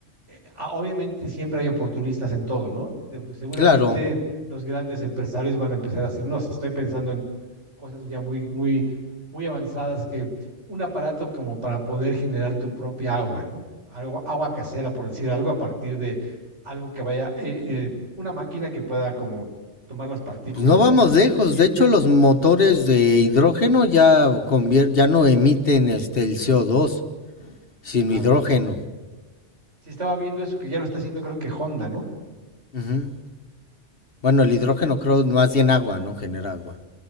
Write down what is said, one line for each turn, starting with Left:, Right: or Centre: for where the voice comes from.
Right: eh, ah, obviamente siempre hay oportunistas en todo, ¿no? De- seguramente
Left: Claro.
Right: los grandes empresarios van a empezar a decir, no, si estoy pensando en cosas ya muy, muy, muy avanzadas que un aparato como para poder generar tu propia agua, ¿no? Algo, agua casera, por decir algo, a partir de algo que vaya, eh, eh, una máquina que pueda como tomar las partículas.
Left: Pues no vamos lejos.
Right: siente
Left: De hecho, los motores de hidrógeno ya, convier- ya no emiten este, el CO2, sino
Right: Claro.
Left: hidrógeno.
Right: Si estaba viendo eso, que ya lo está haciendo, creo que Honda, ¿no?
Left: Ujú. Bueno, el hidrógeno creo más bien agua, ¿no? Genera agua.